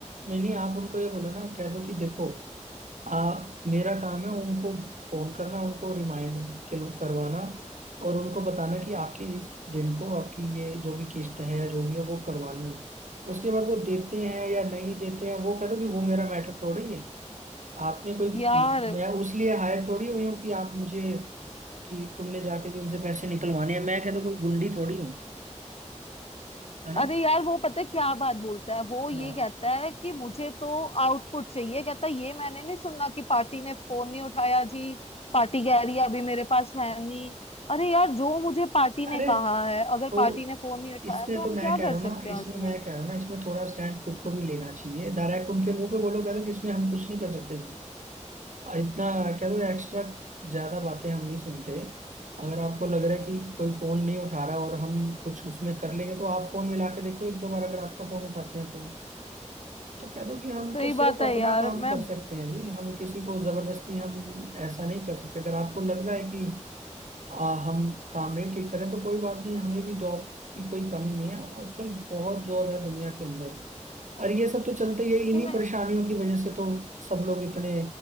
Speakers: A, on the right; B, on the left.
A: नहीं नहीं आप उनको ये बोलो ना कह दो कि देखो आ, मेरा काम है उनको फोन करना उनको रिमाइंड करवाना और उनको बताना कि आपके इस दिन को आपकी ये जो भी किस्त है या जो भी है वो करवानी है उसके बाद वो देते हैं या नहीं देते हैं वो कहते हैं कि वो मेरा मैटर थोड़ी है आपने कोई
B: यार
A: मैं उस लिए हायर थोड़ी हुई हूँ कि आप मुझे कि तुमने जाके जो उनसे पैसे निकलवाने हैं मैं कहता हूँ कोई गुंडी थोड़ी हूँ है ना
B: अरे यार वो पता है क्या बात बोलता है वो ये
A: हाँ
B: कहता है कि मुझे तो आउटपुट चाहिए कहता है ये मैंने नहीं सुना कि पार्टी ने फोन नहीं उठाया जी पार्टी कह रही है अभी मेरे पास है नहीं अरे यार जो मुझे पार्टी
A: अरे
B: ने कहा है अगर
A: तो
B: पार्टी ने फोन नहीं उठाया
A: इसमें
B: तो
A: तो
B: हम
A: मैं
B: क्या
A: कह
B: कर
A: रहा हूँ ना
B: सकते हैं
A: इसमें
B: उसमें
A: मैं कह रहा हूँ ना इसमें थोड़ा स्टैंड खुद को भी लेना चाहिए डायरेक्ट उनके मुंह पे बोलो कहते कि इसमें हम कुछ नहीं कर सकते और इतना कहते एक्स्ट्रा ज्यादा बातें हम नहीं सुनते अगर आपको लग रहा है कि कोई फोन नहीं उठा रहा और हम कुछ उसमें कर लेंगे तो आप फोन मिला के देखो एक दो बार अगर आपका फोन उठाते हैं तो तो कह दो कि हम
B: सही
A: तो सिर्फ
B: बात
A: अपना
B: है यार
A: काम
B: मैं
A: कर सकते हैं जी हम किसी को जबरदस्ती हम ऐसा नहीं कर सकते अगर आपको लग रहा है कि आ, हम काम नहीं ठीक करें तो कोई बात नहीं हमें भी जॉब की कोई कमी नहीं है आजकल बहुत जॉब है दुनिया के अंदर और ये सब तो चलते ही है, इन्हीं
B: कि नहीं
A: परेशानियों की वजह से तो सब लोग इतने